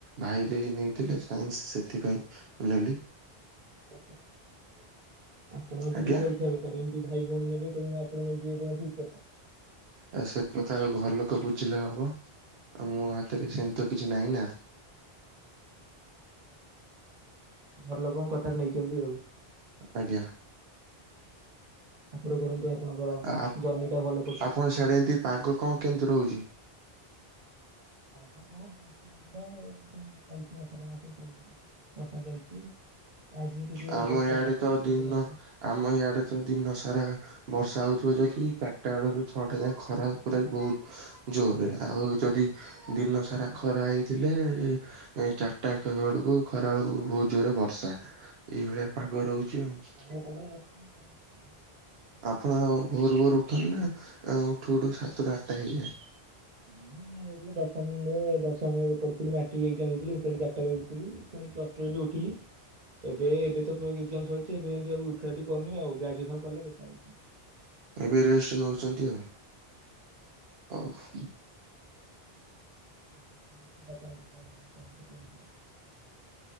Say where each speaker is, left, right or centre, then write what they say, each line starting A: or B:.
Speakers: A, on the right; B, on the right.
A: ଭାଇ ଦେଈ ନେଇଥିଲେ ସାଇନ୍ସି ସେଥିପାଇଁ ନେଲି।
B: <unintelligible> ଆପଣ ଆଉ କିଛି
A: ଆଜ୍ଞା
B: <unintelligible> ଏମିତି ଭାଇ ଭଉଣୀ ନେବେ କଣ ଆପଣ ନେଇଯିବେ ଠିକ୍ କଥା?
A: ଆ ସେ କଥା ଘର ଲୋକ ବୁଝିଲେ ହବ। ଆଉ ମୋ ହାତରେ ସେମିତି ତ କିଛି ନାହିଁ ନା।
B: ଘର ଲୋକଙ୍କ କଥାରେ ନେଇଛନ୍ତି ଆଉ।
A: ଆଜ୍ଞା।
B: ଠାକୁର କରନ୍ତୁ ଆପଣଙ୍କର
A: ଆ
B: ଜର୍ନି ଟା ଭଲ କଟୁ।
A: ଆପଣ ସିଆଡେ <unintelligible> ପାଗ କଣ କେମିତି ରହୁଛି?
B: ପାଗ <unintelligible> ଶ୍ରାବଣ ମାସ ବର୍ଷା ଚାଲିଛି। ଆଜି ଟିକେ
A: ଆମ
B: ବର୍ଷା
A: ଇଆଡ଼େ
B: କମ
A: ତ
B: ଅଛି
A: ଦିନ
B: ଆଜି ହଉନି।
A: ଆମ ଇଆଡ଼େ ତ ଦିନ ସାରା ବର୍ଷା ହଉଥିବ ଯଦି ଚାରିଟା ବେଳୁ ଛଅଟା ଯାଏଁ ଖରା ପୁରା ବହୁତ୍ ଜୋରେ ଆଉ ଯଦି ଦିନ ସାରା ଖରା ହେଇଥିଲେ ଏଇ ଚାରିଟା <unintelligible> ଖରା ବେଳକୁ ବହୁତ୍ ଜୋରରେ ବର୍ଷା ଏଇଭଳିଆ ପାଗ ରହୁଛି ଆଉ।
B: <unintelligible>
A: ଆପଣ ଆଉ ଭୋରୁ ଭୋରୁ ଉଠନ୍ତି ନା ଉଠୁ ଉଠୁ ସାତଟା ଆଠଟା ହେଇଯାଏ।
B: ନାଇଁ ମୁଁ ଦଶମ ଦଶମ ପଢି଼ଥିଲି ମାଟ୍ରିକ ଏକ୍ଜାମ୍ ଦଉଥିଲି ସେତେବେଳେ ଚାରିଟା ରେ ଉଠୁଥିଲି। ପୁଣି ପ୍ଲସ ଟୁ ରେ ବି ଉଠିଲି ଏବେ ଏବେ ତ ଏକଜାମ୍ ସରି ଏବେ ଏମିତି ଆଉ ଉଠାଉଠି କରୁନି ଆଉ ଗ୍ରାଜୁଏସନ୍ କଲେ ଦେଖା
A: ଏବେରେଷ୍ଟ୍ ନଉଛନ୍ତି ଆଉ।
B: <unintelligible>